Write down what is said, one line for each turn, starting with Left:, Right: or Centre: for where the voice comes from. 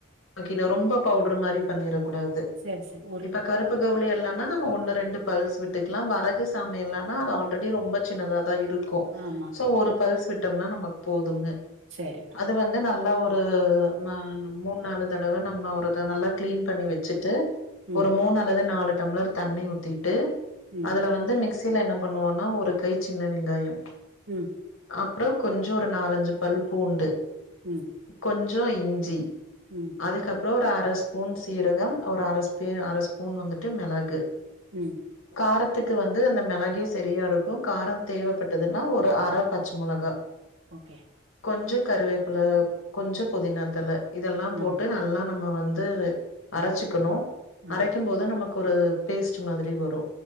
Left: ஆக்கி ரொம்ப பவுடர் மாரி பண்ணிறக் கூடாது
Right: செரி செரி
Left: இப்ப கருப்பு கவுளி இல்லனா நம்ம ஒண்ணு ரெண்டு பல்ஸ் விட்டுக்கலாம் வரகு சாம இல்லன்னா அது ஆல்ரெடி ரொம்ப சின்னதாதான் இருக்கும்
Right: ஆமா
Left: சோ ஒரு பல்ஸ் விட்டம்னா நமக்கு போதுங்க
Right: சரி
Left: அது வந்து நல்லா ஒரு ம மூண் நாலு தடவ நம்ம ஒரு இதா நல்லா க்ளீன் பண்ணி வச்சுட்டு
Right: ம்
Left: ஒரு மூணு அல்லது நாலு டம்ளர் தண்ணி ஊத்திட்டு
Right: ம்
Left: அதுல வந்து மிக்ஸ் சீல என்ன பண்ணுவோன்னா ஒரு கை சின்ன வெங்காயம்
Right: ம்
Left: அப்றோ கொஞ்சோ ஒரு நாலஞ்சு பல் பூண்டு
Right: ம்
Left: கொஞ்சோ இஞ்சி
Right: ம்
Left: அதுக்கப்றோ ஒரு அர ஸ்பூன் சீரகம் ஒரு அர ஸ்பே அர ஸ்பூன் வந்துட்டு மெளகு
Right: ம்
Left: காரத்துக்கு வந்து அந்த மெளகே சரியா இருக்கும் காரோ தேவப்பட்டதுன்னா ஒரு அர பச்ச மொளகா
Right: ஓகே
Left: கொஞ்ச கருவேப்புல கொஞ்ச புதினாத்தல இதெல்லா
Right: ஆ
Left: போட்டு நல்லா நம்ம வந்து அரச்சுக்கணு
Right: ஆ
Left: அரைக்கும் போது நமக்கு ஒரு பேஸ்ட்டு மாதிரி வரு